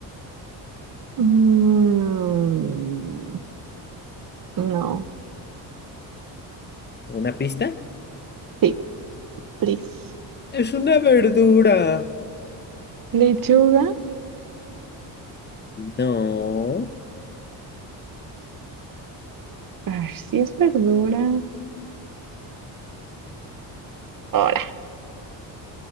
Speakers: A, on the right; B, on the left.
A: mm, no.
B: ¿Una pista?
A: Sí, please.
B: Es una verdura.
A: Lechuga.
B: No.
A: A ver si es verdura. Ahora.